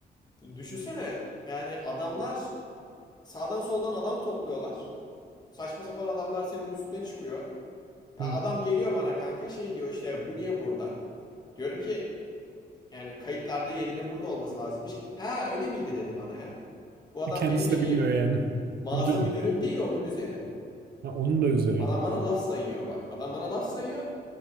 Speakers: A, on the left; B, on the right.
A: Düşünsene yani adamlar Sağdan soldan adam topluyorlar. Saçma sapan adamlar senin üstüne çıkıyor. Ya
B: Hı
A: adam geliyor bana kanka şey diyor işte bu niye burada? Diyorum ki yani kayıtlarda yerinin burada olması lazımmış. Ha öyle miydi dedi bana ya. Bu adam
B: E, Kendisi
A: benim şeyim.
B: de bilmiyor yani.
A: Mağaza
B: Müdür mü?
A: müdürüm değil onun üzeri.
B: Ha, onun da üzeri.
A: Adam bana laf sayıyor bak. Adam bana laf sayıyor.